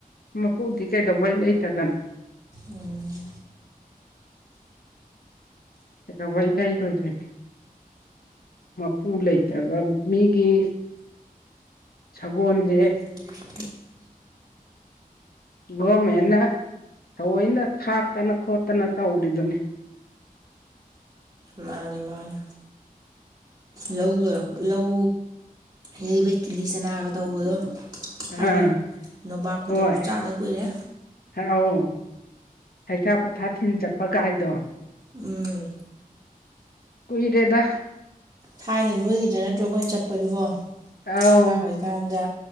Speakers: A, on the left; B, on the right.
A: ꯃꯄꯨꯗꯤ ꯀꯩꯗꯧꯕꯩ ꯂꯩꯇꯒꯅꯣ
B: ꯎꯝ
A: ꯀꯩꯗꯧꯕꯩ ꯂꯩꯔꯣꯏꯗꯣꯏꯅꯣ ꯃꯥꯄꯨ ꯂꯩꯇꯕ ꯃꯤꯒꯤ ꯁꯒꯣꯟꯖꯦ
B: <unintelligible>
A: ꯒꯣꯔꯃꯦꯟꯅ ꯊꯑꯣꯏꯅ ꯊꯥꯛꯇꯅ ꯈꯣꯠꯇꯅ ꯇꯧꯔꯤꯗꯨꯅꯤ
B: ꯃꯥꯅꯤ ꯃꯥꯅꯤ ꯂꯧ ꯂꯣꯏꯔꯛ ꯂꯧ ꯌꯩꯕꯩ ꯀꯤꯂꯤ ꯆꯅꯥꯒ ꯇꯧꯕꯗꯣ ꯊꯥꯏꯅ
A: ꯑꯥ
B: ꯅꯣꯕꯥꯞꯀꯇꯧꯕ
A: ꯍꯣꯏ
B: ꯆꯥꯗ ꯀꯨꯏꯔꯦ
A: ꯑꯧ ꯍꯩꯊꯥ ꯄꯣꯊꯥ ꯊꯤꯟ ꯆꯠꯄ ꯒꯥꯥꯏꯗꯣ
B: ꯎꯝ
A: ꯀꯨꯏꯔꯦꯗ
B: ꯊꯥꯏꯅ ꯅꯣꯏꯒꯤꯗ ꯅꯠꯇ꯭ꯔꯣ ꯈꯣꯏꯅ ꯆꯠꯄꯗꯨꯕꯣ
A: ꯑꯥꯎ
B: ꯑꯉꯥꯡ ꯑꯣꯏꯀꯥꯟꯗ